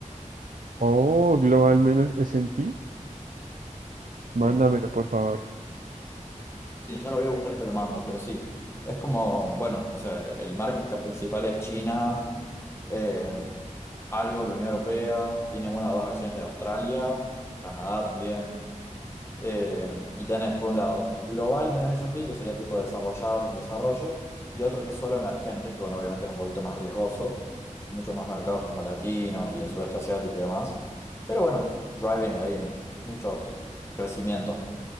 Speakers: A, on the right (about 85°); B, on the left (about 20°).
A: O global menos S&P, mándamelo
B: Sí.
A: por favor.
B: Sí, ya lo voy a buscar y te lo mando, pero sí, es como, bueno, o sea, el market cap principal es China, eh, algo la Unión Europea, tiene una o dos acciones de Australia, Canadá también, eh, y tenés por un lado global menos S&P, que sería tipo desarrollados y en desarrollo, y otro que es solo emergentes, que bueno, obviamente es un poquito más riesgoso, muchos más mercados como latinos y el sudeste asiático y demás, pero bueno, driving ahí muchos crecimientos.